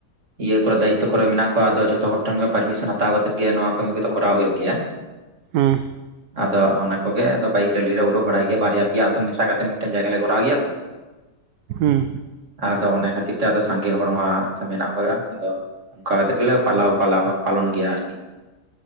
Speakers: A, on the right; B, on the right.
A: ᱤᱭᱟᱹ ᱠᱚᱨᱮ ᱫᱟᱭᱤᱛᱚ ᱠᱚᱨᱮ ᱢᱮᱱᱟᱜ ᱠᱚᱣᱟ ᱟᱫᱚ ᱡᱚᱛᱚ ᱦᱚᱲ ᱴᱷᱮᱱ ᱜᱮ ᱯᱟᱨᱢᱤᱥᱚᱱ ᱦᱟᱛᱟᱣ ᱠᱟᱛᱮᱜ ᱜᱮ ᱱᱚᱣᱟ ᱠᱟᱹᱢᱤ ᱠᱚᱫᱚ ᱠᱚᱨᱟᱣ ᱦᱩᱭᱩᱜ ᱜᱮᱭᱟ ᱾
B: ᱦᱩᱸ ᱾
A: ᱟᱫᱚ ᱚᱱᱟ ᱠᱚᱜᱮ ᱟᱫᱚ ᱵᱟᱭᱤᱠ ᱨᱮᱞᱤ ᱞᱮ ᱩᱰᱩᱠ ᱵᱟᱲᱟᱭ ᱜᱮᱭᱟ ᱵᱟᱨᱭᱟ ᱯᱮᱭᱟ ᱟᱛᱩ ᱢᱮᱥᱟ ᱠᱟᱛᱮ ᱢᱤᱫᱴᱮᱱ ᱡᱟᱭᱜᱟ ᱞᱮ ᱠᱚᱨᱟᱣ ᱜᱮᱭᱟ ᱛᱚ ᱾
B: ᱦᱩᱸ ᱾
A: ᱟᱫᱚ ᱚᱱᱟ ᱠᱷᱟᱹᱛᱤᱨ ᱛᱮ ᱟᱫᱚ ᱥᱟᱸᱜᱮ ᱦᱚᱲ ᱢᱟ ᱢᱮᱱᱟᱜ ᱦᱩᱭᱩᱜᱼᱟ ᱟᱫᱚ ᱾ ᱚᱱᱠᱟ ᱠᱟᱛᱮᱫ ᱜᱮᱞᱮ ᱯᱟᱞᱟᱣ ᱯᱟᱞᱟᱣ ᱯᱟᱞᱚᱱ ᱜᱮᱭᱟ ᱟᱨᱠᱤ ᱾